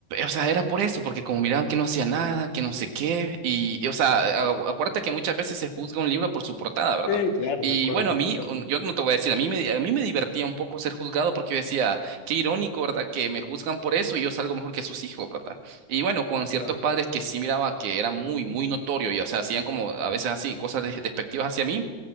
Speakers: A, on the right; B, on the left.
A: O sea, era por eso, porque como miraban que no hacía nada, que no sé qué, y, y, o sea, a- acuérdate que muchas veces se juzga un libro por su portada, ¿verdad?
B: Sí, claro,
A: Y
B: de acuerdo.
A: bueno, a mí,
B: Totalmente,
A: un- yo no te voy a decir, a mí me, a mí me divertía un poco ser juzgado porque yo decía, qué irónico, ¿verdad? Que me juzgan por eso y yo salgo mejor que sus hijos, ¿verdad? Y bueno, con ciertos
B: claro.
A: padres que sí miraba que era muy, muy notorio y, o sea, hacían como a veces así, cosas de- despectivas hacia mí,